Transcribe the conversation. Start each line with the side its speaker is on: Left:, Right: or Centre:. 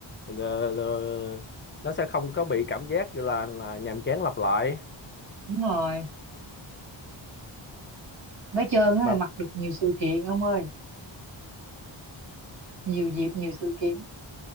Left: ờ, ờ, nó sẽ không có bị cảm giác là là nhàm chán lặp lại
Right: đúng rồi vẽ trơn á
Left: mà
Right: thì mặc được nhiều sự kiện ông ơi nhiều dịp nhiều sự kiện